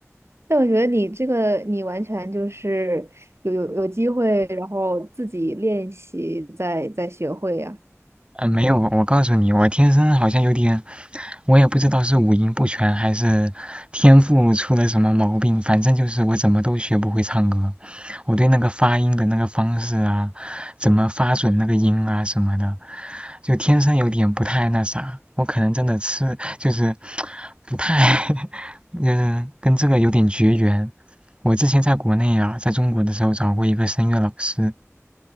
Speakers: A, on the right; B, on the right.
A: 但我觉得你这个，你完全就是有有有机会，然后自己练习再再学会呀。
B: 呃，没有，我告诉你，我天生好像有点，我也不知道是五音不全还是天赋出了什么毛病，反正就是我怎么都学不会唱歌。我对那个发音的那个方式啊，怎么发准那个音啊什么的，就天生有点不太那啥。我可能真的吃就是不太，<laughs> 嗯，跟这个有点绝缘。我之前在国内啊，在中国的时候找过一个声乐老师，